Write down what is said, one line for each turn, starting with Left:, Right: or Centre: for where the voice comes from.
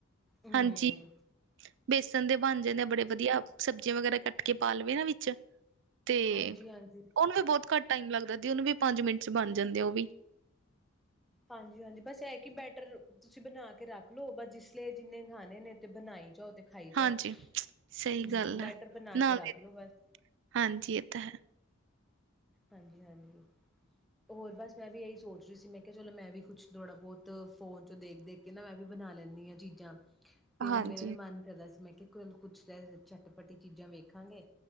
Centre: ਹਮ
Right: ਹਾਂਜੀ। ਬੇਸਨ ਦੇ ਬਣ ਜਾਂਦੇ ਆ ਬੜੇ ਵਧੀਆ ਸਬਜ਼ੀਆਂ ਵਗੈਰਾ ਕੱਟ ਕੇ ਪਾ ਲਵੇ ਨਾ ਵਿੱਚ ਤੇ
Centre: ਹਾਂਜੀ ਹਾਂਜੀ
Right: ਉਹਨੂੰ ਵੀ ਬਹੁਤ ਘੱਟ ਟਾਈਮ ਲੱਗਦਾ ਦੀ ਉਣੂ ਵੀ ਪੰਜ ਮਿੰਟ ਚ ਬਣ ਜਾਂਦੇ ਉਹ ਵੀ
Centre: ਹਾਂਜੀ -ਹਾਂਜੀ ਇਹ ਕਿ ਬੈਟਰ ਤੁਸੀਂ ਬਣਾ ਰੱਖ ਲੋਓ, ਬ ਜਿਸ ਲਈ ਜਿੰਨੇ ਖਾਣੇ ਤੇ ਬਣਾਏ ਜਾਓ, ਤੇ ਖਾਈ
Right: ਹਾਂਜੀ
Centre: ਜਾਓ
Right: ਸਹੀ
Centre: ਹਮ
Right: ਗੱਲ
Centre: ਮੈਟਰ
Right: ਹੈ
Centre: ਬਣਾ
Right: ਨਾਲ
Centre: ਕੇ ਰੱਖ
Right: ਦੇ
Centre: ਲੋੋ ਬਸ
Right: ਹਾਂਜੀ ਇਹ ਤਾਂ ਹੈ।
Centre: ਹਾਂਜੀ- ਹਾਂਜੀ ਹੋਰ ਬਸ ਮੈਂ ਵੀ ਐਈ ਸੋਚ ਰੀ ਸੀ ਮੈਂ ਕੇਆ ਚਲੋ ਮੈਂ ਵੀ ਕੁੱਛ ਥੋੜਾ ਬੋਤ ਫੋਨ ਚ ਦੇਖ-ਦੇਖ ਕੇ ਨਾ ਮੈਂ ਵੀ ਬਨਾ ਲੈਂਨੀ ਆਂ ਚੀਜਾਂ। ਤੇ
Right: ਹਾਂਜੀ
Centre: ਹੁਨ ਮੇਰਾ ਵੀ ਮਨ ਕਰਦਾ ਸੀ ਮੈਂ ਕੈ ਕੁਲ ਕੁਛ ਰੈ ਚਟਪਟੀ ਚੀਜਾਂ ਵੇਖਾਂਗੇ।